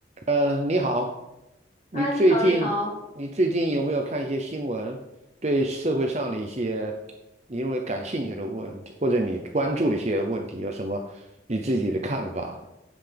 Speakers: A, on the right; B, on the left.
A: 呃，你好，你最近你最近有没有看一些新闻？
B: 啊，你好，你好。
A: 对社会上的一些你认为感兴趣的问题，或者你关注的一些问题，有什么你自己的看法？